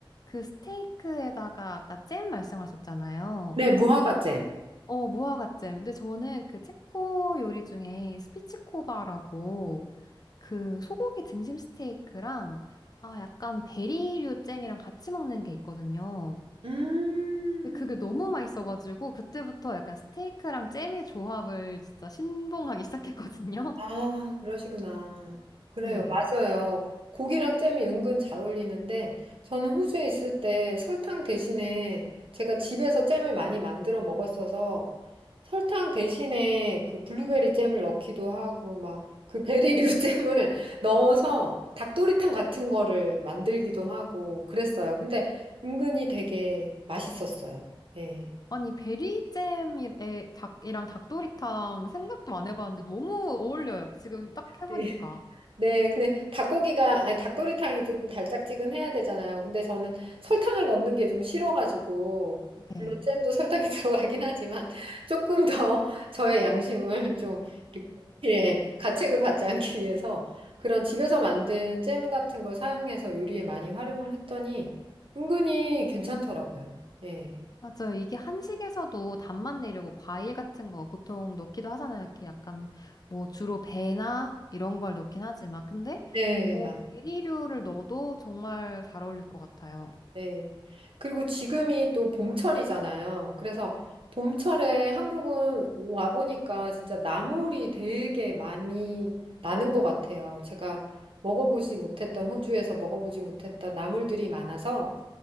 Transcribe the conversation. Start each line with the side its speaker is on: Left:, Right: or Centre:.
Left: 그 스테이크에다가 아까 잼 말씀하셨잖아요.
Right: 네, 무화과 잼.
Left: 어, 무화과잼. 근데 저는 그 체코 요리 중에 스피치코바라고 그 소고기 등심 스테이크랑 아, 약간 베리류 잼이랑 같이 먹는 게 있거든요.
Right: 음.
Left: 근데 그게 너무 맛있어가지고 그때부터 약간 스테이크랑 잼의 조합을 진짜 신봉하기 시작했거든요.
Right: 아, 그러시구나.
Left: <laughs>
Right: 그래요,
Left: 네.
Right: 맞아요. 고기랑 잼이 은근 잘 어울리는데, 저는 호주에 있을 때 설탕 대신에 제가 집에서 잼을 많이 만들어 먹었어서 설탕 대신에 그 블루베리 잼을 넣기도 하고, 막 그 베리류 <laughs> 잼을 넣어서 닭도리탕 같은 거를 만들기도 하고 그랬어요. 근데 은근히 되게 맛있었어요. 예.
Left: 아니, 베리잼에 닭이랑 닭도리탕 생각도 안 해봤는데 너무 어울려요. 지금 딱 해보니까.
Right: <laughs> 네, 근데 닭고기가, 아니, 닭도리탕이 조금 달짝지근해야 되잖아요. 근데 저는 설탕을 넣는 게 좀 싫어가지고,
Left: 네.
Right: 물론 잼도 설탕이 <laughs> 들어가긴 하지만, 조금 더 저의 양심을 좀, 이렇게, 예, 가책을 받지 않기 위해서 그런 집에서 만든 잼 같은 걸 사용해서 요리에 많이 활용을 했더니, 은근히 괜찮더라고요. 예.
Left: 맞아요. 이게 한식에서도 단맛 내려고 과일 같은 거 보통 넣기도 하잖아요. 이렇게 약간 뭐 주로 배나 이런 걸 넣긴 하지만. 근데
Right: 네,
Left: 뭐
Right: 맞아요.
Left: 베리류를 넣어도 정말 잘 어울릴 것 같아요.
Right: 네. 그리고 지금이 또 봄철이잖아요. 그래서 봄철에 한국은 와보니까 진짜 나물이 되게 많이 나는 것 같아요. 제가 먹어보지 못했던, 호주에서 먹어보지 못했던 나물들이 많아서